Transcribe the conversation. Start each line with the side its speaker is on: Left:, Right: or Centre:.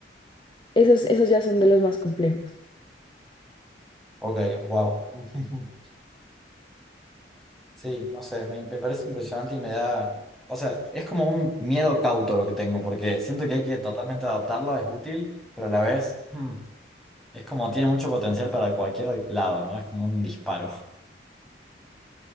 Left: Esos, esos ya son de los más complejos.
Centre: Ok, wow. <laughs> Sí, no sé, me, me parece impresionante y me da, o sea, es como un miedo cauto lo que tengo, porque siento que hay que totalmente adoptarlo, es útil, pero a la vez, hmm, es como tiene mucho potencial para cualquier lado, ¿no? Es como un disparo.